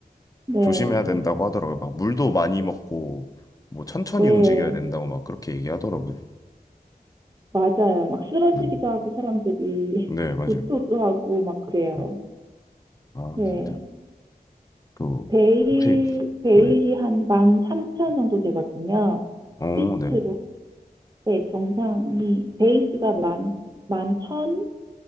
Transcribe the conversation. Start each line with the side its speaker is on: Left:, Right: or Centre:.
Right: 네,
Left: 조심해야 된다고 하더라고요. 막 물도 많이 먹고 뭐 천천히
Right: 네.
Left: 움직여야 된다고 막 그렇게 얘기하더라고요.
Right: 맞아요. 막 쓰러지기도
Left: 음.
Right: 하고 사람들이
Left: 네,
Right: <laughs>
Left: 맞아요.
Right: 구토도 하고 막 그래요.
Left: 음. 아,
Right: 네.
Left: 진짜. 그
Right: 베일,
Left: 혹시
Right: 베일이
Left: 네.
Right: 한만3천 정도 되거든요.
Left: 어,
Right: 피트로.
Left: 네.
Right: 네, 정상이, 베이스가 만, 만 천?